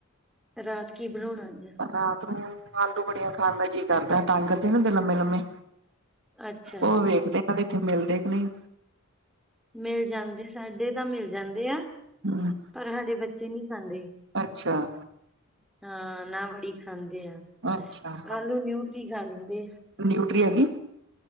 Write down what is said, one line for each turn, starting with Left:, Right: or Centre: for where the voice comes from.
Centre: ਰਾਤ ਕੀ ਬਣਾਉਣਾ ਅੱਜ
Right: ਰਾਤ ਨੂੰ ਆਲੂ-ਵੜੀਆਂ ਖਾਣ ਦਾ ਜੀ- ਕਰਦਾ। ਟਾਂਗਰ ਜਿਹੇ ਹੁੰਦੇ ਨੀ ਲੰਮੇ-ਲੰਮੇ
Centre: ਅੱਛਾ
Right: ਉਹ ਵੇਖਦੇ ਕਦੇ ਇੱਥੇ ਮਿਲਦੇ ਕਿ ਨਹੀਂ?
Centre: ਮਿਲ ਜਾਂਦੇ, ਸਾਡੇ ਤਾਂ ਮਿਲ ਜਾਂਦੇ ਆ।
Right: ਹੂੰ
Centre: ਪਰ ਹਾਡੇ ਬੱਚੇ ਨੀ ਖਾਂਦੇ।
Right: ਅੱਛਾ
Centre: ਹਾਂ, ਨਾ ਵੜੀ ਖਾਂਦੇ ਆ
Right: ਅੱਛਾ
Centre: ਆਲੂ ਨਿਊਟਰੀ ਖਾ ਲੈਂਦੇ।
Right: ਨਿਊਟਰੀ ਹੈਗੀ?